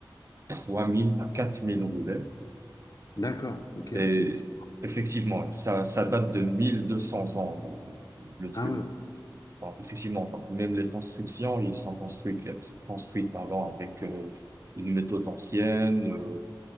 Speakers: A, on the right (about 35°); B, on the left (about 50°).
A: 3000 à 4000 roulets.
B: d'accord. Ok,
A: Et
B: bah c'est, c'est-
A: effectivement, ça, ça date de 1200 ans, le, le truc.
B: Ah ouais,
A: Alors, effectivement, par- même les constructions, ils sont construites construites, pardon, avec euh, une méthode ancienne. Euh,